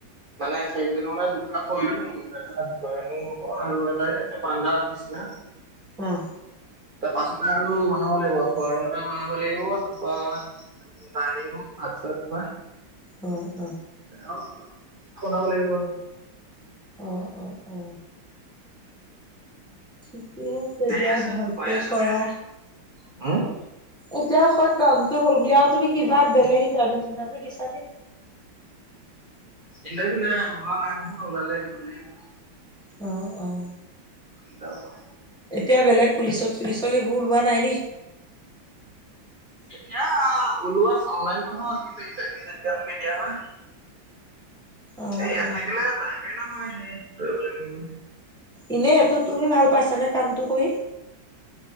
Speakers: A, on the right (about 30°); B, in the centre.
A: মানে চাৰি খুটালি মানে দুটা খলো এটানু হব আৰু এটাই এনে বানধাৰ নিচিনা।
B: উহ।
A: তাৰ পাছতে আৰু বনাব লাগিব খোৱা ৰুমতে বনাব লাগিব তাৰপৰা ডাইনিং ৰুম, ভাত-চাত খোৱা
B: অ অ।
A: আৰু দুটা বনাব লাগিব আৰু।
B: অ অ অ। ঠিকে আছে
A: যাই
B: দিয়া
A: আছো
B: ভালকে
A: কৈ আছো
B: কৰা।
A: লাহে লাহে। উম
B: এতিয়া হয় কামটো হল বুলি আৰু তুমি কিবা বেলেগ ইণ্টাৰভিউ চিটাৰভিউ দিছা নে?
A: ইন্টাৰভিউ নাই উলোৱা নাই ওলালে দিব লাগিব।
B: অহ অহ।
A: দগা
B: এতিয়া বেলেগ পুলিচত চুলিচৰ সেইবোৰ ওলোৱা নাই নি?
A: এতিয়া ওলোৱা অনলাইনত হ'ল কিন্তু ইন্টাৰভিউ কেতিয়া হয়?
B: অ',
A: এ ইয়াত
B: অ'।
A: থাকিলে টাইমে নহয় সেই দৌৰিবলৈ মেলিবলৈ।
B: এনে এইটো তুমি ভাল পাইছানে কামটো কৰি?